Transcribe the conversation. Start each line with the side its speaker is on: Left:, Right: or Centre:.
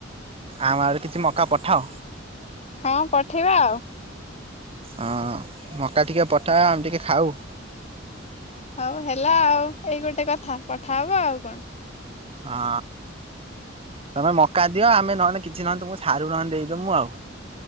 Right: ଆମ ଆଡେ କିଛି ମକା ପଠାଅ।
Left: ହଁ ପଠେଇବା ଆଉ
Right: ଅଁ ମକା ଟିକେ ପଠା ଆମେ ଟିକେ ଖାଉ।
Left: ହୋଉ ହେଲା ଆଉ ଏଇ ଗୋଟେ କଥା ପଠାହବ ଆଉ କଣ।
Right: ହଁ ତମେ ମକା ଦିଅ ଆମେ ନହେନେ କିଛି ନହେନେ ତମକୁ ସାରୁ ନହେନେ ଦେଇଦୋମୁଁ ଆଉ।